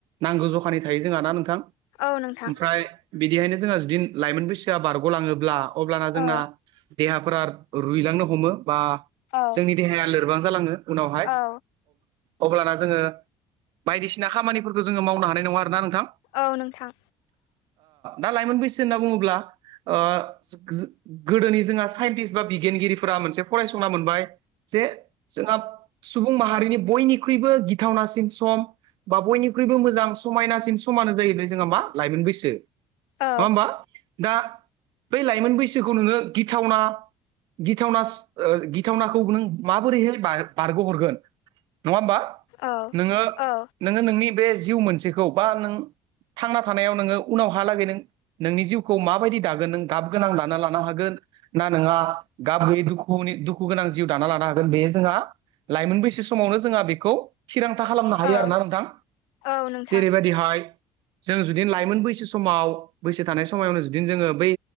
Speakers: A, on the right; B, on the left.
A: नांगौ जखानि थायो जोंहा ना नोंथां
B: औ नोंथां।
A: ओमफ्राय बिदिहायनो जोंहा जुदि लाइमोन बैसोआ बारग'लाङोब्ला अब्लाना जोंना
B: औ
A: देहाफोरा रुइलांनो हमो बा
B: औ
A: जोंनि देहाया लोरबां जालाङो उनावहाय
B: औ
A: अब्लाना जोङो बायदिसिना खामानिफोरखौ जोङो मावनो हानाय नङा आरोना नोंथां
B: औ नोंथां
A: दा लाइमोन बैसो होनना बुङोब्ला गोदोनि जोंहा साइन्टिस्ट बा बिगियानगिरिफोरा मोनसे फरायसंना मोनबाय जे जोंहा सुबुं माहारिनि बयनिख्रुइबो गिथावनासिन सम बा बयनिख्रुइबो मोजां समायनासिन समानो जाहबाय जोंहा मा लाइमोन बैसो नङा
B: औ
A: होमबा दा बै लाइमोन बैसोखौ नोङो गिथावना गिथावना गिथावनाखौ नों माबोरैहाय बारग'हरगोन नङा होमबा
B: औ
A: नोङो
B: औ
A: नोङो नोंनि बे जिउ मोनसेखौ बा नों थांना थानायाव नोङो उनावहालागै नों नोंनि जिउखौ माबायदि दागोन नों गाब गोनां लाना लानो हागोन ना नङा गाब्रयै दुखुनि दुखु गोनां जिउ दाना लानो हागोन बे जोंहा लाइमोन बैसो समावनो जोंहा बेखौ थिरांथा खालामनो हायो
B: औ
A: आरोना नोंथां
B: औ नोंथां
A: जेरैबायदिहाय जों जुदिनो लाइमोन बैसो समाव बैसो थानाय समावनो जुदिनो जोङो बै